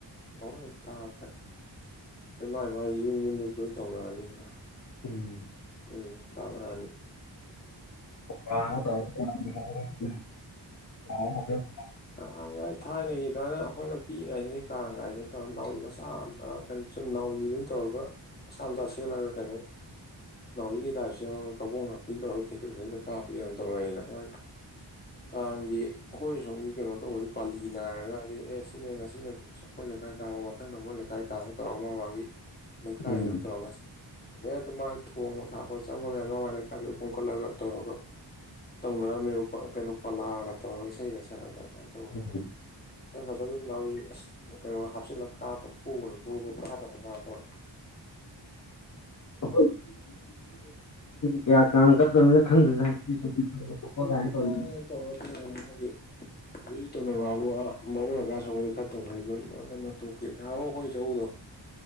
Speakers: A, on the left; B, on the left.
A: ꯂꯣꯏ ꯇꯥꯡꯈꯅꯤ ꯑꯩ ꯃꯥꯏ ꯃꯥꯥꯏ ꯌꯨꯝ ꯌꯨꯝꯗꯁꯨ ꯂꯣꯏ ꯇꯧꯅꯔꯅꯤꯗꯅ
B: ꯎꯝ
A: ꯑꯗꯨꯒ ꯌꯨꯝꯇꯥꯉꯥꯑꯅꯤ
B: <unintelligible>
A: ꯀꯥꯡꯥꯡꯒꯥꯏ ꯊꯥꯏꯅꯒꯤ ꯑꯗꯨꯃꯥꯏꯅ ꯑꯩꯈꯣꯏꯅ ꯄꯤꯛꯏꯉꯩꯗꯗꯤ ꯀꯥꯡꯥꯡꯒꯥꯏꯁꯦ ꯇꯧꯔ ꯅꯥꯎꯏ ꯃꯆꯥ ꯅꯣ ꯁꯨꯝ ꯅꯥꯎꯔꯤꯗꯨꯝ ꯇꯧꯔꯒ ꯃꯆꯥ ꯃꯆꯥ ꯁꯦꯠꯂꯒ ꯀꯩꯅꯣ ꯅꯥꯎꯔꯤꯒꯤ ꯇꯥꯏꯞ ꯁꯦꯝꯃꯒ ꯀꯕꯣꯛꯅ ꯐꯟ ꯇꯧꯔꯗꯤ ꯊꯩꯀꯦꯜ ꯊꯩꯁꯤꯜꯗ ꯀꯥꯞꯕꯗꯤ ꯌꯥꯝ ꯇꯧꯔꯛꯑꯏꯅ ꯃꯥꯒꯤ ꯀꯥꯡꯒꯤ ꯑꯩꯈꯣꯏ ꯁꯣꯝꯒꯤ ꯀꯩꯅꯣ ꯇꯧꯕꯗꯤ ꯄꯥꯜꯂꯤ ꯅꯥꯏꯔꯒ ꯍꯥꯏꯗꯤ ꯑꯦ ꯁꯤꯅꯦ ꯉꯁꯤꯅ ꯑꯩꯈꯣꯏ ꯂꯩꯀꯥꯏ ꯇꯥꯕ ꯃꯊꯪꯗ ꯃꯣꯏ ꯂꯩꯀꯥꯏ ꯇꯥꯕ ꯇꯧꯔꯒ ꯃꯥ ꯃꯥꯒꯤ ꯂꯩꯀꯥꯏꯗꯨꯅ
B: ꯎꯝ
A: ꯇꯧꯔꯒ ꯑꯦ ꯑꯗꯨ ꯃꯥꯏ ꯊꯣꯡꯕ ꯊꯥꯛꯄ ꯆꯪꯕ ꯃꯌꯥꯝꯗꯣ ꯃꯃꯥꯏ ꯂꯩꯀꯥꯏꯗ ꯈꯣꯝꯀꯠꯂꯒ ꯇꯧꯔꯒ ꯇꯧꯅꯔꯝꯃꯦꯕ ꯀꯩꯅꯣ ꯄꯥꯂꯥꯒ ꯇꯧꯔꯒ ꯏꯁꯩꯒ ꯁꯛꯑꯒ ꯀꯃꯥꯏꯅ ꯇꯧꯔꯒ
B: ꯎꯝ
A: ꯑ ꯐ ꯂꯎ ꯑꯁ ꯀꯩꯅꯣ ꯍꯥꯞꯆꯤꯜꯂꯒ ꯀꯥꯞ ꯐꯨꯕꯅ ꯐꯨꯕ ꯀꯥꯞꯕꯅ ꯀꯥꯕ
B: ꯏ ꯀꯌꯥ ꯀꯅ ꯈꯪꯗꯅ ꯍꯟꯛꯇꯤ ꯆꯤ ꯈꯣꯠꯄ
A: ꯑꯗꯨꯝ
B: ꯀꯥꯏꯅ ꯇꯧ
A: ꯇꯧꯅꯗꯦ ꯍꯥꯏꯗꯤ ꯍꯧ ꯇꯧꯅꯔꯤꯕꯕ ꯕꯨꯡ ꯀ ꯁꯣꯒꯗꯤ ꯈꯔ ꯇꯧꯅꯔꯤꯕꯞꯀ ꯅꯍ ꯑꯩꯈꯣꯏ ꯆꯧꯗꯣ